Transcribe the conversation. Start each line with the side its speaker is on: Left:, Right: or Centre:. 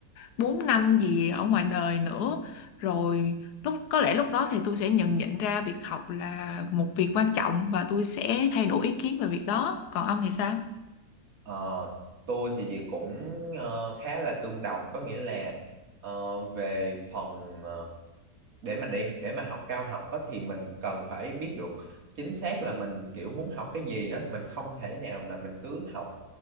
Left: 4 năm gì ở ngoài đời nữa rồi lúc có lẽ lúc đó thì tôi sẽ nhận nhận ra việc học là một việc quan trọng và tôi sẽ thay đổi ý kiến về việc đó còn ông thì sao
Right: Ờ, tôi thì gì cũng ờ, khá là tương đồng có nghĩa là ờ, về phần ờ, để mà để để mà học cao học á, thì mình cần phải biết được chính xác là mình kiểu muốn học cái gì á mình không thể nào mà mình cứ học